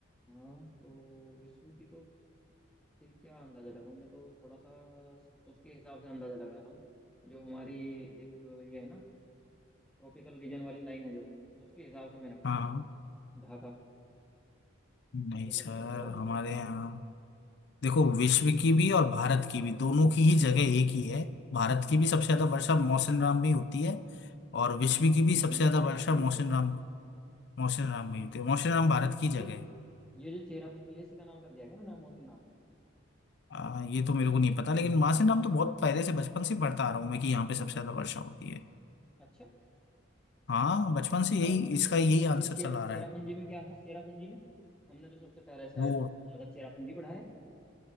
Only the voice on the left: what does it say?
हाँ
नहीं
सर
हमारे
यहाँ देखो
विश्व की भी और भारत की भी दोनों की ही जगह एक ही है भारत
की भी सबसे ज्यादा वर्षा मौसम राम में ही होती है और
विश्व
की भी
सबसे
ज्यादा
वर्षा
मौसम
राम मौसम राम में ही होती है मौसम राम भारत की जगह
है
आ, ये तो मेरे को नहीं पता लेकिन मासिन राम तो बहुत पहले से बचपन से पढ़ता आ रहा हूँ मैं कि यहाँ पे सबसे ज्यादा वर्षा होती है
हाँ बचपन से यही
इसका यही
आंसर
चला आ रहा
है
वो